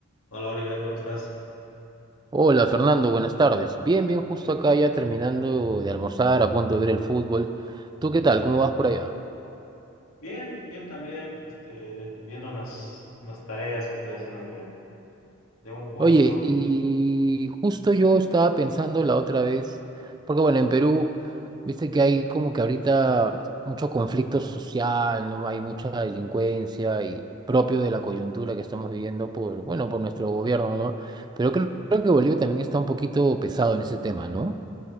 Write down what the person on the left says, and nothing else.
Hola Oliver, ¿cómo estás?
¿Qué tal?
Bien, bien también. Este, viendo unas, unas tareas que estoy haciendo de, de un curso.